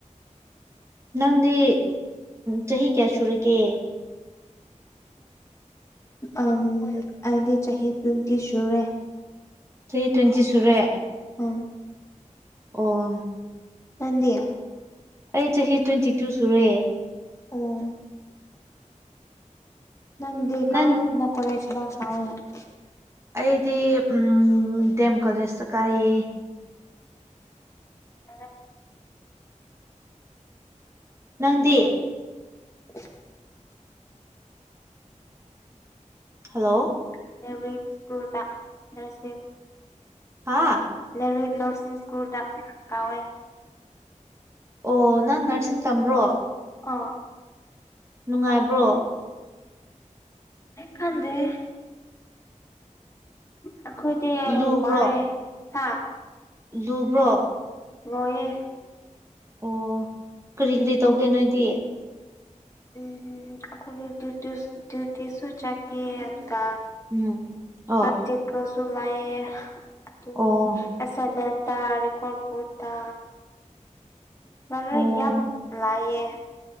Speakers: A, on the right; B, on the left.
A: ꯅꯪꯗꯤ ꯆꯍꯤ ꯀꯌꯥ ꯁꯨꯔꯒꯦ
B: ꯑꯝ ꯑꯩꯗꯤ ꯆꯍꯤ ꯇ꯭ꯋꯦꯟꯇꯤ ꯁꯨꯔꯦ
A: ꯆꯍꯤ ꯇ꯭ꯋꯦꯟꯇꯤ ꯁꯨꯔꯦ
B: ꯑꯣ <inaudible>
A: ꯑꯣ
B: <inaudible>
A: ꯑꯩ ꯆꯍꯤ ꯇ꯭ꯋꯦꯟꯇꯤꯇꯨ ꯁꯨꯔꯦ
B: ꯑꯥ ꯅꯪꯗꯤ <unintelligible>
A: ꯅꯪ ꯑꯩꯗꯤ ꯎꯝ ꯗꯤ ꯑꯦꯝ ꯀꯣꯂꯦꯖꯇ ꯀꯥꯏꯌꯦ
B: <inaudible>
A: ꯅꯪꯗꯤ
B: <unintelligible>
A: ꯍꯜꯂꯣ
B: <unintelligible> ꯁ꯭ꯀꯨꯜꯗ ꯅꯥꯔꯁꯤꯡ
A: ꯍꯥꯥ
B: <unintelligible> ꯁ꯭ꯀꯨꯜꯗ ꯀꯥꯎꯋꯦ
A: ꯑꯣ ꯅꯪ ꯅꯔꯁꯤꯡ ꯇꯝꯕ꯭ꯔꯣ
B: ꯑꯥ
A: ꯅꯨꯡꯉꯥꯏꯕ꯭ꯔꯣ
B: ꯈꯪꯗꯦꯍꯦ ꯑꯩꯈꯣꯏꯗꯤ
A: ꯂꯨꯕ꯭ꯔꯣ
B: ꯋꯥꯔꯦ ꯍꯥ
A: ꯂꯨꯕ꯭ꯔꯣ
B: ꯂꯨꯌꯦ
A: ꯑꯣ ꯀꯔꯤ ꯀꯔꯤ ꯇꯧꯒꯦ ꯅꯣꯏꯗꯤ
B: ꯎꯝ ꯑꯩꯈꯣꯏꯒꯤ ꯗ꯭ꯌꯨꯇꯤꯌꯨꯁ ꯗ꯭ꯌꯨꯇꯤꯁꯨ ꯆꯠꯀꯦ ꯑꯗꯨꯒ
A: ꯎꯝ ꯑꯣ
B: ꯄ꯭ꯔꯥꯛꯇꯤꯀꯦꯜꯁꯨ ꯂꯩꯌꯦ ꯑꯗꯨ
A: ꯑꯣ
B: ꯑꯦꯁꯥꯏꯟꯃꯦꯟꯗ ꯔꯦꯀꯣꯔꯠ ꯕꯨ ꯇ <unintelligible>
A: ꯑꯣ
B: ꯌꯥꯝ ꯂꯥꯏꯑꯌꯦ